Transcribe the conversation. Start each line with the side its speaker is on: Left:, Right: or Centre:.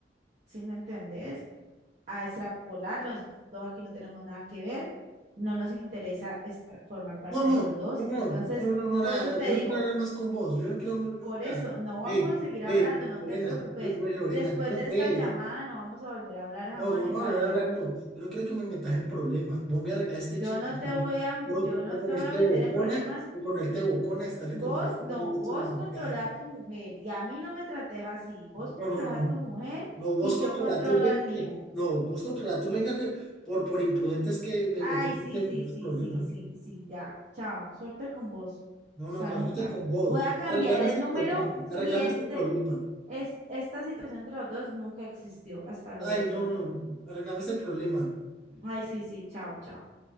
Right: si me entendés? a extrapolar, los dos aquí no tenemos nada que ver, no nos interesa estar- formar parte
Centre: No, no,
Right: de los dos.
Centre: no, no,
Right: Entonces,
Centre: no, no, no,
Right: por
Centre: nada,
Right: eso
Centre: nada,
Right: te
Centre: yo no
Right: digo,
Centre: quiero hablar más con vos, yo no quiero, hablar,
Right: por
Centre: nada.
Right: eso no
Centre: Ve,
Right: vamos a seguir
Centre: ve,
Right: hablando, no
Centre: Lorena,
Right: te preocupes.
Centre: yo, ve, Lorena,
Right: Después
Centre: yo no,
Right: de
Centre: ve.
Right: esta llamada no vamos a volver a hablar jamás
Centre: No, no vamos
Right: en la
Centre: a volver
Right: vida.
Centre: a hablar, no. Yo no creo que me metas en problemas. Vos me arreglaste
Right: Yo
Centre: chicharrón.
Right: no te voy a,
Centre: Por,
Right: yo no
Centre: por ponerte
Right: te voy a meter
Centre: bocona,
Right: en problemas.
Centre: por ponerte bocona, estarle
Right: Vos
Centre: contando
Right: no,
Centre: conmigo
Right: vos
Centre: tus maricadas.
Right: controla a tu mujer y a mí no me trates así. Vos controlas
Centre: No, no, no.
Right: a tu mujer
Centre: No, vos
Right: y
Centre: controla
Right: yo controlo
Centre: tu lengua.
Right: al mío.
Centre: que- No, vos controla tu lengua que por, por imprudentes que me
Right: Ay,
Centre: metiste
Right: sí,
Centre: en
Right: sí,
Centre: tus
Right: sí,
Centre: problemas.
Right: sí, sí, sí, ya. Chao. Suerte con vos.
Centre: No,
Right: Hasta
Centre: no, cuándo
Right: nunca.
Centre: con vos.
Right: Voy a cambiar
Centre: Arreglame
Right: el
Centre: este
Right: número
Centre: problema. Arreglame
Right: y este,
Centre: este problema.
Right: es, esta situación entre los dos nunca existió. Hasta luego,
Centre: Ay,
Right: Jonathan.
Centre: no, no. Arreglame este problema.
Right: Ay, sí, sí, chao, chao.